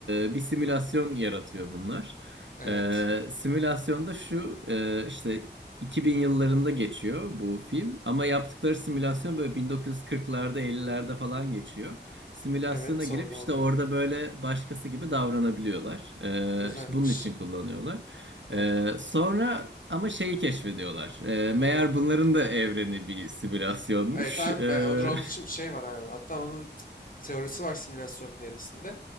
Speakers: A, on the right; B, on the left.
A: E, bir simülasyon yaratıyor bunlar.
B: Evet.
A: E, simülasyonda şu e, işte 2000 yıllarında geçiyor bu film. Ama yaptıkları simülasyon böyle 1940'larda 50'lerde falan geçiyor simülasyona
B: Evet sonra
A: girip
B: ne oluyor?
A: işte orada böyle başkası gibi davranabiliyorlar. Ee,
B: Güzelmiş.
A: işte bunun için kullanıyorlar.
B: Evet.
A: Ee, sonra ama şeyi keşfediyorlar. Ee, meğer
B: Neyi?
A: bunların da evreni bir simülasyonmuş.
B: Evet abi
A: Ee,
B: ben, o drone için bir
A: <laughs>
B: şey var abi. Hatta onun bir teorisi var simülasyon teorisinde.